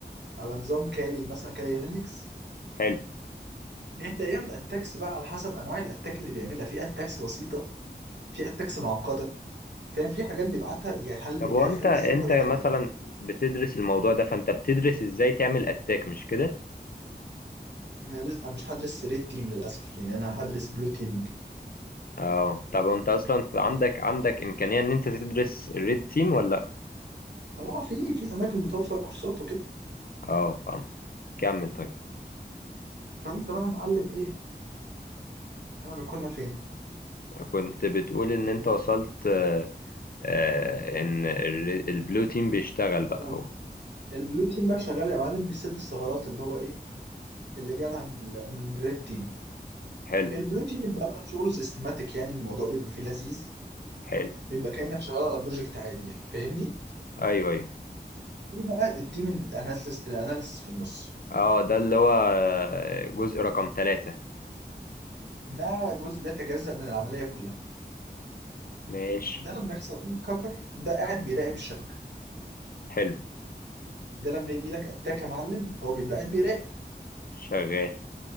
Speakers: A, on the right; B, on the left.
A: على نظام كالي مثلا كالي لينكس
B: حلو
A: بيبدأ يعمل اتاكس بقى على حسب انواع الاتاك اللي بيعملها في اتاكس بسيطة في اتاكس معقدة فاهم في حاجات بيبعتها يعني هل
B: طب هو
A: هيخلي
B: انت انت
A: السيرفر يهنج
B: مثلا بتدرس الموضوع ده فانت بتدرس ازاي تعمل اتاك مش كده
A: آه، لا مش هدرس ريد تيم للاسف يعني انا هدرس بلو تيمنج
B: اه طب انت اصلا في عندك عندك امكانيه ان انت تدرس الريد تيم ولا لا
A: اه في في اماكن بتوفر كورسات وكده
B: اه فهمت كمل طيب
A: فانت بقى يا معلم ايه احنا كنا فين
B: كنت بتقول ان انت وصلت آه، آه، ان ال- البلو تيم بيشتغل بقى
A: اه
B: هو
A: البلو تيم بقى شغال يا معلم بيسد الثغرات اللي هو ايه اللي جالها من ال من الريد تيم
B: حلو
A: البلو تيم بيبقى عامل شغل سيستماتيك يعني الموضوع بيبقى فيه لذيذ
B: حلو
A: بيبقى كانك شغال على بروجكت عادي يعني فاهمني
B: ايوه ايوه
A: في بقى التيم الاناليسيس الاناليسيس في النص
B: اه ده اللي هو آه، جزء رقم ثلاثة
A: ده جزء لا يتجزأ من العمليه كلها
B: ماشي
A: ده لما يحصل عندك هاكر ده قاعد بيراقب الشبكه
B: حلو
A: ده لما يجي لك اتاك يا معلم هو بيبقى قاعد بيراقب
B: شغال